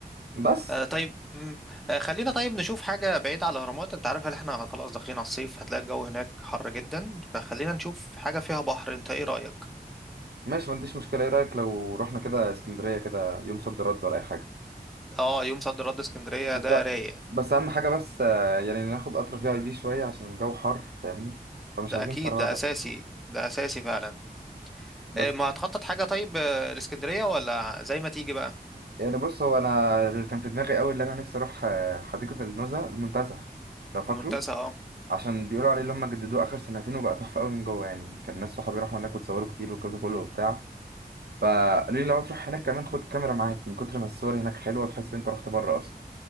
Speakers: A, on the right (about 80°); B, in the centre.
A: بس
B: آه طيب مم. آه خلينا طيب نشوف حاجة بعيدة على الأهرامات أنت عارف إن إحنا خلاص داخلين على الصيف هتلاقي الجو هناك حر جدا فخلينا نشوف حاجة فيها بحر أنت إيه رأيك؟
A: ماشي ما عنديش مشكلة إيه رأيك لو رحنا كده اسكندرية كده يوم صد رد ولا أي حاجة
B: آه يوم صد رد اسكندرية
A: بس
B: ده رايق
A: بس اهم حاجه بس آه، يعني ناخد قطر في اي بي شويه عشان الجو حر فاهمني فمش
B: ده
A: عاوزين
B: أكيد
A: فرهده
B: ده أساسي ده أساسي فعلا
A: بس
B: آه ما هتخطط حاجة طيب آه، الإسكندرية ولا زي ما تيجي بقى
A: يعني بص هو انا اللي كان في دماغي قوي اللي انا نفسي اروح آه، حديقه النزهه المنتزه لو فاكره
B: منتزه آه.
A: عشان بيقولوا عليه اللي هم جددوه اخر سنتين وبقى تحفه قوي من جوه يعني كان ناس صحابي راحوا هناك وتصوروا كتير والجو ده كله وبتاع فقالوا لي لو هتروح هناك كمان خد كاميرا معاك من كتر ما الصور هناك حلوه تحس ان انت رحت بره اصلا